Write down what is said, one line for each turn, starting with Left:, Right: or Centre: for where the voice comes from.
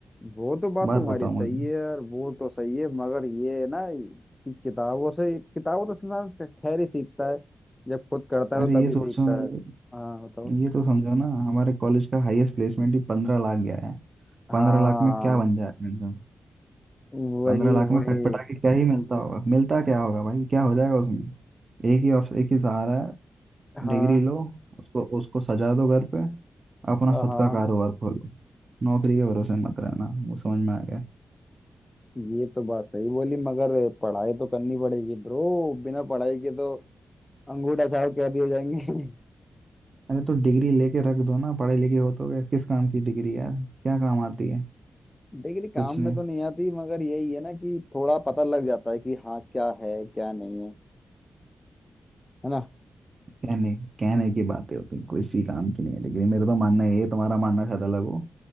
Left: वो तो बात
Right: बात
Left: तुम्हारी
Right: बताओ
Left: सही
Right: मुझे
Left: है यार वो तो सही है मगर ये है ना कि किताबों से किताबों तो इंसान खैर ही सीखता है जब खुद करता है
Right: अरे
Left: तो तभी
Right: ये सोचो
Left: सीखता
Right: ये,
Left: है हाँ बताओ
Right: ये तो समझो ना हमारे कॉलेज का हाईएस्ट प्लेसमेंट ही पंद्रह लाख गया है पंद्रह
Left: हाँ
Right: लाख में क्या बन जाएगा इंसान
Left: वही
Right: पंद्रह लाख
Left: वही
Right: में कटपटा के क्या ही मिलता होगा मिलता क्या होगा भाई क्या हो जाएगा उसमें एक ही ऑप्शन एक ही सहारा है
Left: हाँ
Right: डिग्री लो उसको उसको सजा दो घर पे अपना
Left: हाँ
Right: खुद का कारोबार खोलो नौकरी के भरोसे मत रहना वो समझ में आ गया
Left: ये तो बात सही बोली मगर पढ़ाई तो करनी पड़ेगी ब्रो बिना पढ़ाई के तो अंगूठा छाप कह दिए जाएंगे <laughs>
Right: अरे तो डिग्री लेके रख दो ना पढ़े लिखे हो तो क्या किस काम की डिग्री यार क्या काम आती है
Left: डिग्री काम
Right: कुछ नहीं
Left: में तो नहीं आती मगर यही है ना कि थोड़ा पता लग जाता है कि हाँ क्या है क्या नहीं है है ना
Right: कहने कहने की बातें होती हैं, किसी काम की नहीं है डिग्री मेरा तो मानना ये है, तुम्हारा मानना शायद अलग हो